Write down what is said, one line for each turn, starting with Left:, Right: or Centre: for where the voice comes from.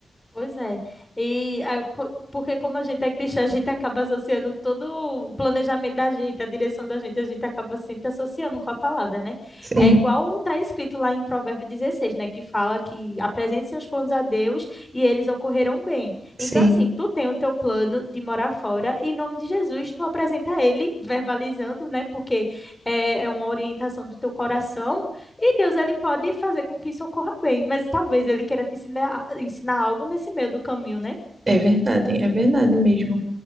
Left: Pois é. E ah, co- porque como a gente é cristã, a gente acaba associando todo o planejamento da gente, a direção da gente, a gente acaba sempre associando com a palavra, né?
Right: Sim,
Left: É igual está escrito lá em Provérbio dezesseis né? Que fala que apresente seus planos a Deus e eles ocorrerão bem.
Right: sim.
Left: Então, assim, tu tem o teu plano de morar fora, e em nome de Jesus, tu apresenta ele, verbalizando, né? Porque é, é uma orientação do teu coração e Deus, ele pode fazer com que isso ocorra bem, mas talvez ele queira te ensinar, ensinar algo nesse meio do caminho, né?
Right: É verdade, é verdade mesmo.